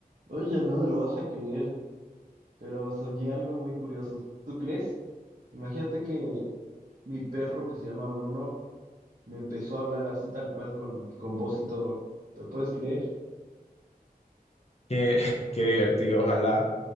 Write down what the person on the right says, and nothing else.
Oye, no me lo vas a creer, pero soñé algo muy curioso. ¿Tú crees? Imagínate que mi perro que se llama Bruno me empezó a hablar así tal cual con, con voz y todo. ¿Te puedes creer?